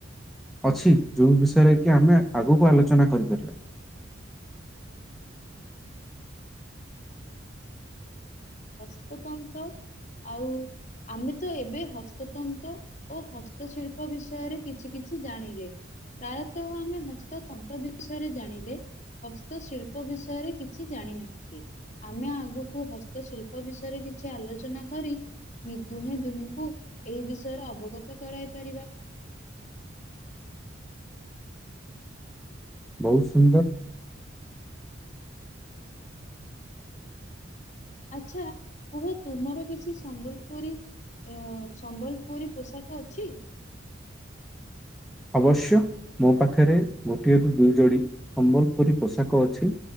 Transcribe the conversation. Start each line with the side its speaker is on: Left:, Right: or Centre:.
Centre: ଅଛି, ଯଉ ବିଷୟରେ କି ଆମେ ଆଗକୁ ଆଲୋଚନା କରିପାରିବା।
Left: ହସ୍ତତନ୍ତ ଆଉ, ଆମେ ତ ଏବେ ହସ୍ତତନ୍ତ ଓ ହସ୍ତଶିଳ୍ପ ବିଷୟରେ କିଛି କିଛି ଜାଣିଲେ। ପ୍ରାୟତଃ, ଆମେ ହସ୍ତ ତନ୍ତ ବିଷୟରେ ଜାଣିଲେ। ହସ୍ତଶିଳ୍ପ ବିଷୟରେ କିଛି ଜାଣି ନାହାଁନ୍ତି? ଆମେ ଆଗକୁ ହସ୍ ତ ଶିଳ୍ପ ବିଷୟରେ କିଛି ଆଲୋଚନା କରି ଦୁହେଁ, ଦୁହିଁଙ୍କୁ ଏହି ବିଷୟରେ ଅବଗତ କରାଇ ପାରିବା।
Centre: ବହୁତ ସୁନ୍ଦର!
Left: ଆଚ୍ଛା, କୁହ ତୁମର କିଛି ସମ୍ବଲପୁରୀ ଏହା ସମ୍ବଲପୁରୀ ପୋଷାକ ଅଛି?
Centre: ଅବଶ୍ୟ, ମୋ ପାଖରେ ଗୋଟିଏ କି ଦୁଇ ଯୋଡ଼ି ସମ୍ବଲପୁରୀ ପୋଷାକ ଅଛି।